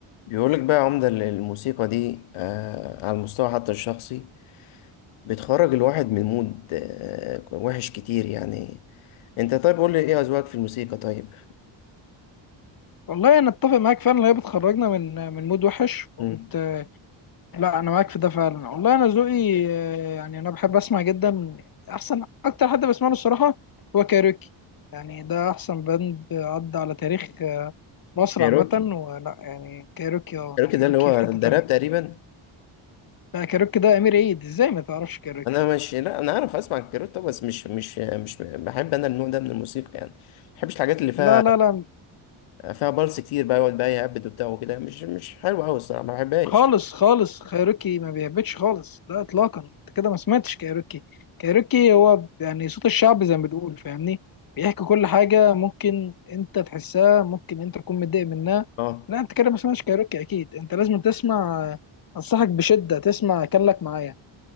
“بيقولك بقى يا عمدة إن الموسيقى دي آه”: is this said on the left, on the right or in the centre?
Left